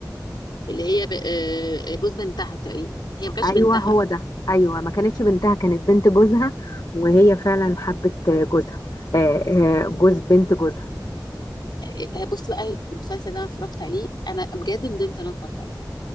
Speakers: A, on the left; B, on the left.
A: اللي هي ب- آه، جوز بنتها تقريبا هي ما كانتش
B: ايوه
A: بنتها
B: هو ده ايوه ما كانتش بنتها كانت بنت جوزها وهي فعلا حبت جوزها آه، آه، جوز بنت جوزها
A: إيه، بص بقى المسلسل ده انا اتفرجت عليه انا بجد ندمت ان انا اتفرجت عليه